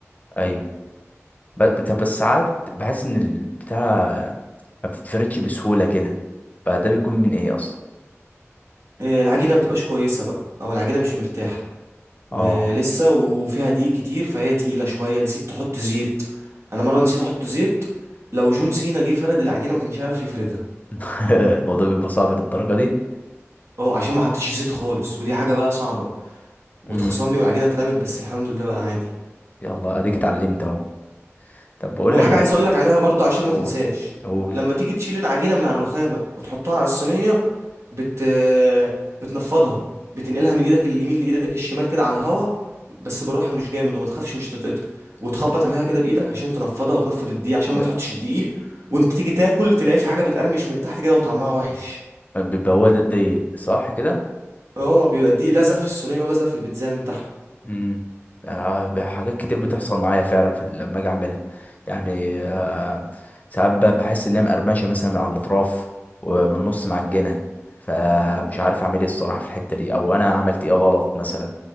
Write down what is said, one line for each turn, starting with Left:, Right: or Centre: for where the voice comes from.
Left: ايوه ب- بت- بس ساعات بحس ان البتاع ما بتتفردش بسهولة كده فده بيكون من ايه اصلا
Right: آه، العجينه ما بتبقاش كويسه بقى او العجينه مش مرتاحه
Left: اه
Right: آه، لسه وفيها دقيق كتير فهي تقيله شويه نسيت تحط زيت انا مره نسيت احط زيت لو جون سينا جه فرد العجينه ما كانش يعرف يفردها
Left: <laughs> الموضوع بيبقى صعب للدرجة دي
Right: اه عشان ما حطيتش زيت خالص ودي حاجه بقى صعبه واتخصم
Left: امم
Right: لي والعجينه اترمت بس الحمد لله بقى عادي
Left: يلا اديك اتعلمت اهو طب بقول
Right: وحاجة
Left: لك ايه
Right: عايز اقولك عليها برضو عشان ما
Left: قول
Right: تنساش
Left: قول
Right: لما تيجي تشيل العجينة من على الرخامة وتحطها على الصينية بت بتنفضها بتنقلها من ايدك اليمين لايدك الشمال كده على الهوا بس بالراحة مش جامد وما تخافش مش تتقطع وتخبط
Left: مم.
Right: عليها كده بايدك عشان تنفضها وتنفض الدقيق عشان
Left: م-
Right: ما تحطش الدقيق وانت تيجي تاكل تلاقي في حاجة بتقرمش من تحت كده وطعمها وحش
Left: بيبقى هو ده الضيق صح كده
Right: اه بيبقى الدقيق لزق في الصينية ولزق في البيتزا من تحت
Left: امم آه، حاجات كتير بتحصل معايا فعلا في ال- لما اجي اعملها يعني آه، ساعات ب- بحس ان هي مقرمشه مثلا من على الاطراف ومن النص معجنه فمش عارف اعمل ايه الصراحه في الحته دي او انا عملت ايه غلط مثلا